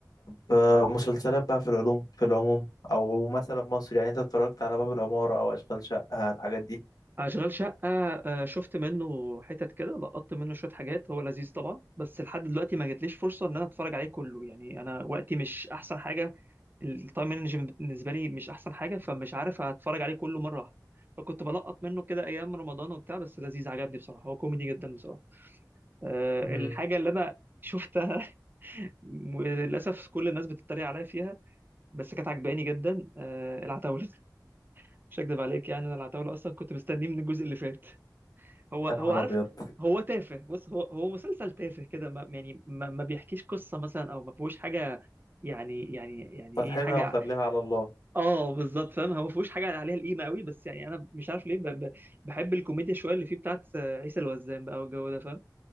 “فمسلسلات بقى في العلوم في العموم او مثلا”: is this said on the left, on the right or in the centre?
Left